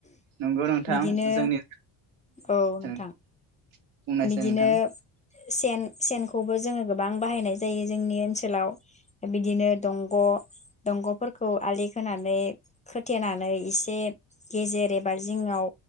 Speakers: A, on the right (about 75°); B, on the left (about 15°).
A: नंगौ नोंथां
B: बिदिनो
A: जोंनि
B: औ नोंथां
A: <unintelligible> बुंनायसाय
B: बिदिनो
A: नोंथां
B: सेन सेनखौबो जोङो गोबां बाहायनाय जायो जोंनि ओनसोलाव बिदिनो दंग दंगफोरखौ आलि खोनानै खोथेनानै एसे गेजेर एबा जिङाव